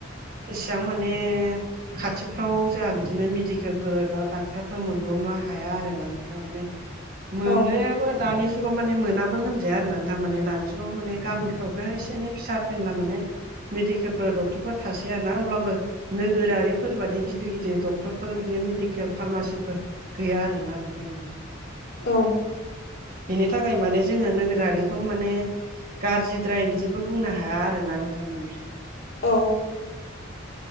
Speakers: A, on the right; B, on the left.
A: इसां माने खाथिफ्राव जोंहा बिदिनो मेडिकेलफोर एबा डाक्टरफोर मोनब्रबनो हाया आरोना नोंथां। माने मोनोबो
B: औ
A: दानि जुगाव माने मोनाबो होनजाया आरोना नोंथां दानि जुगाव माने गामिफ्रावबो एसे एनै फिसा फेनला मोनो। मेडिकेलफोर डक्टरफोर थासै आरोना अब्लाबो। नोगोरारिफोरबादि गिदिर गिदिर डक्टरफोर बिदिनो मेडिकेल फार्मासिफोर गैया आरोना नोंथां माने।
B: औ
A: बेनि थाखाय माने जोङो नोगोरारिखौ माने गाज्रिदाय बिदिबो बुंनो हाया आरोना नोंथां माने।
B: औ